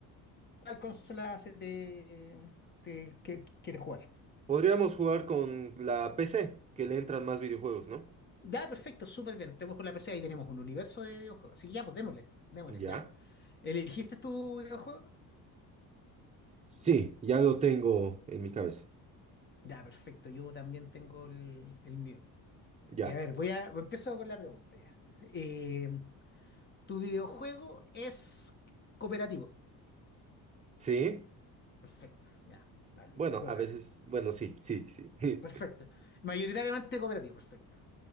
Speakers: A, on the left; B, on the right.
A: ¿Cuál consola se te, te- que- que quieres jugar?
B: Podríamos jugar con la PC, que le entran más videojuegos, ¿no?
A: Ya, perfecto, súper bien. Tenemos con la PC, ahí tenemos un universo de videojuegos. Así que ya, pues démosle, démosle,
B: ¿Ya?
A: ya. ¿Elegiste tu videojuego?
B: Sí, ya lo tengo en mi cabeza.
A: Ya, perfecto, yo también tengo el, el mío.
B: Ya.
A: Eh, a ver, voy a, empiezo con la pregunta ya. Eh, ¿tu videojuego es cooperativo?
B: ¿Sí?
A: Perfecto, ya, dale,
B: Bueno,
A: te toca.
B: a veces, bueno, sí, sí, sí. <laughs>
A: Perfecto. Mayoritariamente cooperativo, perfecto.